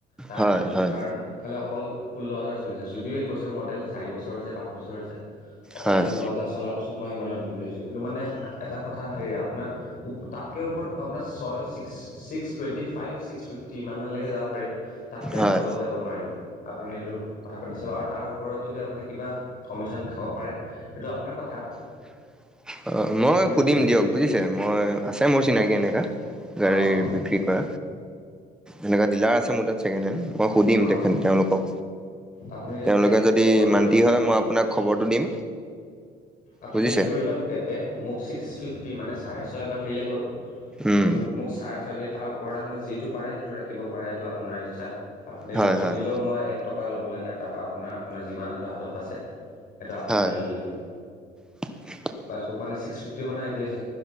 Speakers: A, on the left; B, in the centre.
A: তাৰ
B: হয়
A: পিছতো
B: হয়
A: কাৰণ- ইফালে অকল ষোল্ল হাজাৰ চলিছে যদিও একৈছৰ মডেল চাৰি বছৰ হৈছে পাঁচ বছৰ হৈছে। অকল
B: হয়
A: ষোল্ল হাজাৰ চলাৰ পিছত মই সিমানত দিম লৈছো কিন্তু মানে এটা কথা হেৰি আপোনাৰ তাত ত ওপৰত মই আপোনাৰ ছয় six six twenty five six fifty ইমানলৈক যাব পাৰিম তাতকৈ আৰু
B: হয়
A: <unintelligible> তলত যাব নোৱাৰিম। আপুনি সেইটো কথা পাতি চাব আৰু তাৰ ওপৰত যদি আপুনি কিবা কমিশ্যন খাব পাৰে সেইটো আপোনাক কথা
B: <inaudible> <unintelligible> মই
A: আপুনি
B: সুধিম
A: যদি
B: দিয়ক বুজিছে মই আছে মোৰ চিনাকি এনেকা- গাড়ীৰ
A: অঁ অঁ
B: বিক্ৰী কৰা এনেকুৱা ডিলাৰ আছে মোৰ তাত ছেকেণ্ড হেণ্ড মই সুধিম
A: অঁ
B: তেখেত তেওঁলোকক
A: আপুনি তেন্তে
B: তেওঁলোকে যদি
A: খবৰটো
B: মান্তি
A: কৰি চাব
B: হয় মই আপোনাক খবৰটো দিম।
A: আপুনি
B: বুজিছে
A: ধৰি লওক তেন্তে মোক ছিক্স ফিফটি মানে চাৰে ছয়মান দিলেই হ'ল
B: উম
A: আপুনি মোক চাৰে ছয় দিয়ে তাৰ ওপৰত আপুনি যিটো পাৰে সেইটো ৰাখিব পাৰে সেইটো আপোনাৰ ইচ্ছা আপুনি
B: হয়
A: দছত
B: হয়
A: দিলেও মই- এক টকা ল'বলৈ নাই তাৰপৰা আপোনাৰ আপোনাৰ যিমান সেইটো হাতত বাচছে সেইটো আপুনি
B: হয়
A: লৈ ল'লেই হ'ল।
B: <inaudible>
A: পাচবুক মানে সিকচ ফিফ্টি মানে এটলিষ্ট